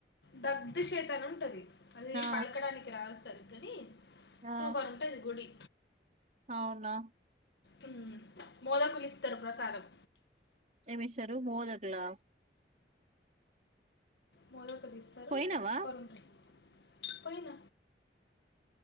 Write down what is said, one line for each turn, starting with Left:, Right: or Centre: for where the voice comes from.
Left: డగ్ధ చేతనుంటది అది
Right: ఆ
Left: పలకడానికి రాదు సరిగ్గని
Right: ఆ
Left: సూపర్ ఉంటది గుడి.
Right: అవునా
Left: ఉమ్ మోదకులిస్తరు ప్రసాదం.
Right: ఏమిస్తరు మోదకులా
Left: మొలకలిస్తరు
Right: పోయినావా
Left: సూప్పర్ ఉంటది పోయిన